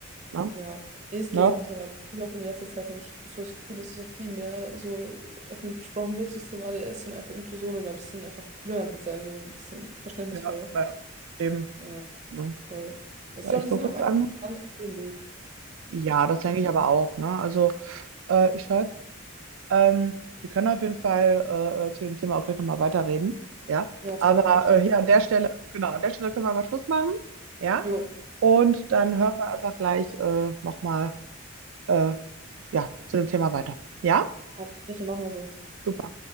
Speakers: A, on the right (about 75°); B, on the right (about 35°).
A: Ne?
B: Ja, nee, es
A: Ne?
B: geht auch mittlerweile. Und auch in letzter Zeit habe ich so das Gefühl, dass es auch viel mehr so öffentlich besprochen wird, so das Thema ADS und einfach Inklusion und ein bisschen einfach cooler damit sein, so ein bisschen verständnisvoller.
A: Ja, ja, eben.
B: Ja,
A: Ne?
B: voll. Also
A: So,
B: ich glaube,
A: ich
B: wir
A: gucke
B: sind auf
A: jetzt
B: einem
A: an.
B: ganz guten Weg.
A: Ja, das denke ich aber auch, ne? Also, äh, ich schaue, ähm, wir können auf jeden Fall äh, äh, zu dem Thema auch gleich nochmal weiterreden, ja?
B: Ja,
A: Aber
B: total. Ich
A: äh,
B: glaube,
A: hier an der Stelle, genau, an der Stelle können wir mal Schluss machen, ja?
B: jo,
A: Und dann hören wir einfach gleich äh, nochmal, äh, ja, zu dem Thema weiter, ja?
B: alles Gute, machen wir so.
A: Super.